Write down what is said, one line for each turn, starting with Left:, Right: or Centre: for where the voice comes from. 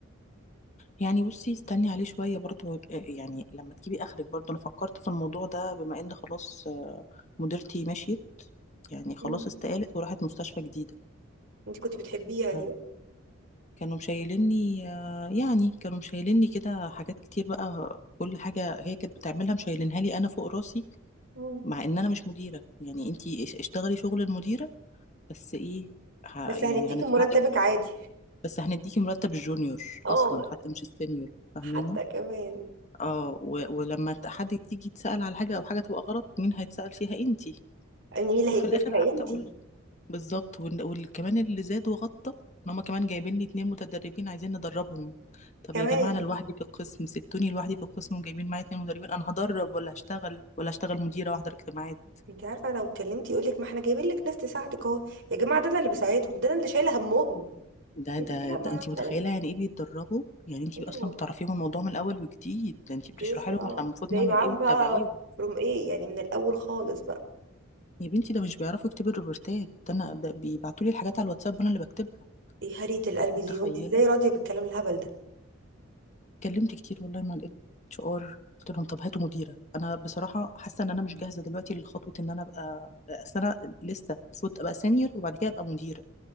Left: يعني بصي استني عليه شوية برضو آه، يعني لما تجيبي آخرك برضو أنا فكرت في الموضوع ده بما إن خلاص آه، مديرتي مشيت يعني خلاص
Right: مم.
Left: استقالت وراحت مستشفى جديدة
Right: انت كنت بتحبيها دي
Left: آه،
Right: بقى.
Left: كانوا مشايليني آه، يعني كانوا مشايليني كده حاجات كتير بقى كل حاجة هي كانت بتعملها مشايلينها لي أنا فوق راسي
Right: مم.
Left: مع إن أنا مش مديرة يعني أنتي اش- اشتغلي شغل المديرة بس إيه ه-
Right: بس
Left: يعني
Right: هنديكي
Left: هندفعلك
Right: مرتبك عادي
Left: بس هنديكي مرتب الجونيور
Right: اه
Left: أصلا حتى مش السينيور فاهماني
Right: حتى كمان
Left: اه و- ولما ت- حد تيجي تسأل على حاجة أو حاجة تبقى غلط مين هيتسأل فيها انتي
Right: يعني مين اللي هيلبسها
Left: وفي الآخر قعدت
Right: انتي
Left: أقول بالظبط وإن- وكمان اللي زاد وغطى إن هما كمان جايبين لي اتنين متدربين عايزين ندربهم طب
Right: كمان
Left: يا جماعة أنا لوحدي في القسم سبتوني لوحدي في القسم وجايبين معايا اتنين مدربين أنا هدرب ولا هشتغل ولا هشتغل مديرة واحضر اجتماعات
Right: انتي عارفه لو اتكلمتي يقول لك ما احنا جايبين لك ناس تساعدك اهو يا جماعه ده انا اللي بساعدهم ده انا اللي شايله همهم
Left: ده
Right: يقول
Left: ده
Right: لك لا ما
Left: ده انتي
Right: احنا
Left: متخيلة
Right: لا.
Left: يعني ايه بيتدربوا يعني انتي
Right: ايوه
Left: اصلا بتعرفيهم الموضوع من الاول وجديد ده انتي
Right: انتي
Left: بتشرحي
Right: لسه
Left: لهم
Right: اه
Left: احنا المفروض
Right: جاي
Left: نعمل
Right: معاهم
Left: ايه وتتابعيهم
Right: بقى فروم ايه يعني من الاول خالص بقى
Left: يا بنتي ده مش بيعرفوا يكتبوا الروبورتات ده انا ده بيبعتوا لي الحاجات على الواتساب وانا اللي بكتبها
Right: ايه هرية القلب
Left: أنت متخيله
Right: دي وانتي ازاي راضيه بالكلام الهبل ده
Left: اتكلمت كتير والله مع الاتش ار قلت لهم طب هاتوا مديره انا بصراحه حاسه ان انا مش جاهزه دلوقتي لخطوه ان انا ابقى اصل انا لسه المفروض ابقى سينيور وبعد كده ابقى مديره